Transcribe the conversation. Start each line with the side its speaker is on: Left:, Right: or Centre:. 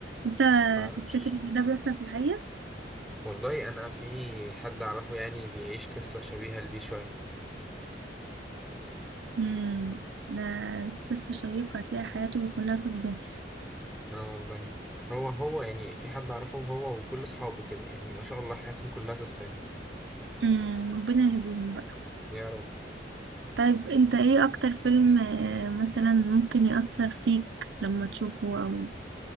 Right: انت
Centre: معرفش
Right: تفتكر ان ده بيحصل في الحقيقة؟
Centre: والله انا في حد اعرفه يعني بيعيش قصة شبيهة لدي شوية
Right: امم ده قصة شيقة هتلاقي حياته كلها سسبنس
Centre: اه والله هو هو يعني في حد اعرفه هو وكل اصحابه كده يعني ما شاء الله حياتهم كلها سسبنس
Right: امم ربنا يهديهم بقى
Centre: يا رب
Right: طيب انت ايه اكتر فيلم آه، مثلا ممكن يأثر فيك لما تشوفه او